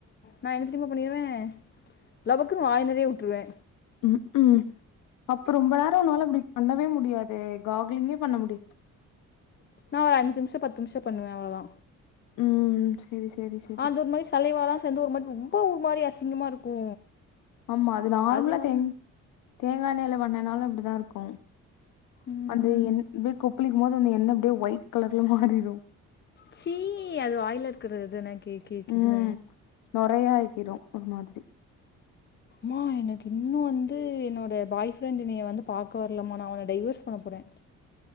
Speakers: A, on the left; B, on the left.
A: நா என்னத்ததெமா பண்ணிடுவே லவக்குனு வாய் நெறைய உட்ருவே
B: ம்க்ம் அப்போ ரொம்ப பேரோ உன்னால அப்டி பண்ணவே முடியாதே காக்லிங்கே பண்ண முடியாத்
A: நா ஒரு அஞ்சி நிம்ஷோ பத்து நிம்ஷோ பண்ணுவே அவ்ளோதா
B: ம் செரி செரி
A: அந்த ஒரு மாரி சலய்வாலா சேந்து ஒரு மாரி ரொம்போ மாரி அசிங்கமா இருக்கு
B: ஆமா அது நார்மலா
A: அதனால
B: தேங் தேங்காஎண்ணெய்ல பண்ணினால அப்டிதா இருக்கு
A: ம்
B: அந்த எண் ப்பே கொப்பளிக்கும் போது அந்த எண்ணெ அப்டியே ஒயிட் கலர்ல மாறிரு
A: சீ அது வாயில இருக்குறது நா கே கேக்கிதுன
B: ம் நொறையா ஆக்கிரு ஒரு மாதிரி
A: மா எனக்கின்னு வந்து என்னோட பாய் ஃப்ரெண்டு எனைய வந்து பாக்க வரலமா நா அவன டைவர்ஸ் பண்ண போறே